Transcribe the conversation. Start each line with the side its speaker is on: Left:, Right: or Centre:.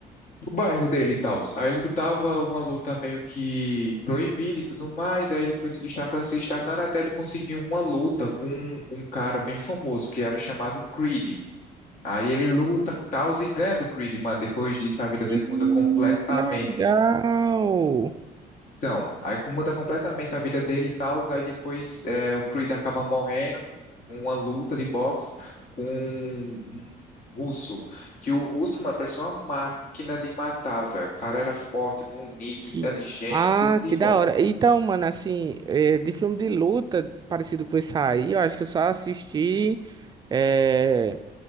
Left: do bairro dele e tal. Aí ele lutava uma luta meio que proibida e tudo mais, aí ele foi se destacando, se destacando até ele conseguir uma luta com um cara bem famoso que era chamado Creed. Aí ele luta, tal, e ganha do Creed, mano. Depois disso, a vida
Right: Ih,
Left: dele muda completamente.
Right: Que legal!
Left: Então, aí como muda completamente a vida dele e tal, aí depois é, o Creed acaba morrendo uma luta de boxe com um russo. Que o russo, mano, parecia uma máquina de matar, velho. O cara era forte, bonito,
Right: Que...
Left: inteligente,
Right: Ah,
Left: tudo de
Right: que
Left: bom.
Right: da hora. Então, mano, assim, eh, de filme de luta, parecido com esse aí, eu acho que eu só assisti. é,